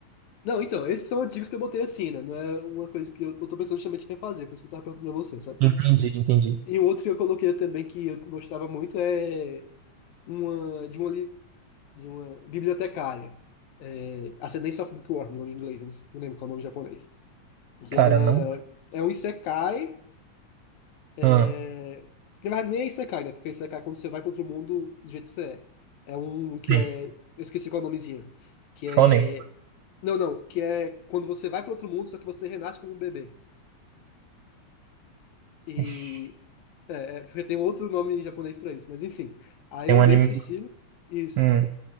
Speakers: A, on the left; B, on the right.
A: Não, então, esses são antigos que eu botei assim, né? Não é uma coisa que eu, eu tô pensando justamente em refazer, por isso que eu tava perguntando pra você, sabe?
B: Entendi, entendi.
A: E o outro que eu coloquei também que eu gostava muito é uma de uma, de uma bibliotecária, é, Ascendance of Bookworm, nome em inglês, eu não não lembro qual é o nome em japonês. Que
B: Cara,
A: ela
B: não.
A: é um isekai, é,
B: Ah,
A: que na verdade nem é isekai, né? Porque isekai é quando você vai para outro mundo do jeito que você é. É um que
B: tem.
A: é. Eu esqueci qual é o nomezinho. Que é.
B: Shonen.
A: Não, não, que é quando você vai para outro mundo, só que você renasce como um bebê. E.
B: Ixi,
A: É, é, porque tem outro nome em japonês para isso, mas enfim. Aí
B: Tem
A: é
B: um
A: um
B: anime.
A: desse estilo. Isso.
B: Hum.